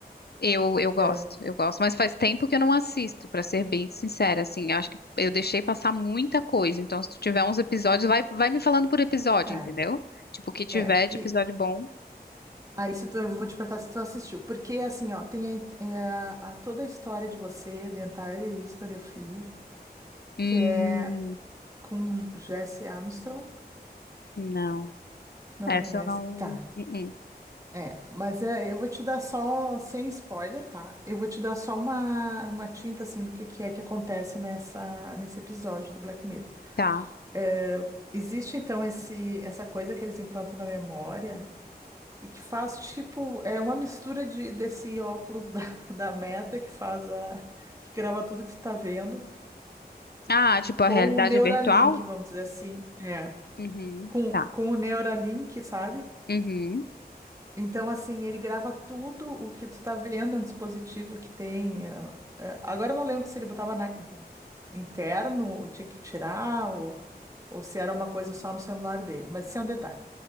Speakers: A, on the left (about 75°); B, on the right (about 20°).
A: Eu, eu gosto,
B: É,
A: eu gosto, mas faz tempo que eu não assisto, pra ser bem sincera, assim, eu acho que eu deixei passar muita coisa, então se tu tiver uns episódios, vai, vai me falando por episódio,
B: é.
A: entendeu? Tipo, o que tiver
B: é.
A: de
B: E
A: episódio bom.
B: aí, se tu, eu vou te perguntar se tu assistiu, porque assim, ó, tem a, in- é a- a- toda a história de você, The Entire History of You,
A: Hum,
B: que é com Jesse Armstrong.
A: não.
B: Não
A: Essa
B: conhece?
A: eu não.
B: Tá.
A: uh, uh.
B: É, mas é, eu vou te dar só, sem spoiler, tá? Eu vou te dar só uma, uma tinta, assim, do que, que é que acontece nessa, nesse episódio do Black Mirror.
A: Tá.
B: É, existe, então, esse, essa coisa que eles implantam na memória e que faz, tipo, é uma mistura de, desse óculos da, <laughs> da Meta que faz a... que grava tudo que tu tá vendo
A: Ah, tipo
B: com
A: a realidade
B: o Neuralink,
A: virtual?
B: vamos dizer assim. É.
A: Uhum.
B: Com,
A: Tá.
B: com o Neuralink, sabe?
A: Uhum.
B: Então, assim, ele grava tudo o que tu tá vendo, é um dispositivo que tem. eh, eh, agora eu não lembro se ele botava na- interno, ou tinha que tirar, ou, ou se era uma coisa só no celular dele, mas isso é um detalhe.